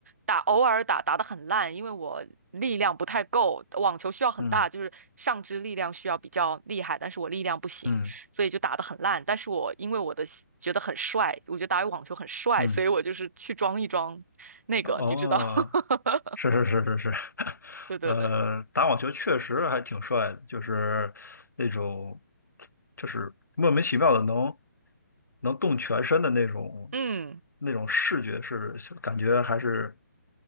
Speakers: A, on the right; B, on the left.
A: 打偶尔打打的很烂，因为我力量不太够，网球需要很大，
B: 嗯
A: 就是上肢力量需要比较厉害，但是我力量不行，
B: 嗯
A: 所以就打的很烂。但是我因为我的觉得很帅，我觉得打网球很帅，
B: 嗯，
A: 所以我就是去装一装那个，
B: 哦。
A: 你知道？<laughs>
B: 是 <laughs> 是是是是，<laughs>
A: 对对对，
B: 呃，打网球确实还挺帅的，就是那种，就是莫名其妙的能能动全身的那种
A: 嗯。
B: 那种视觉是感觉还是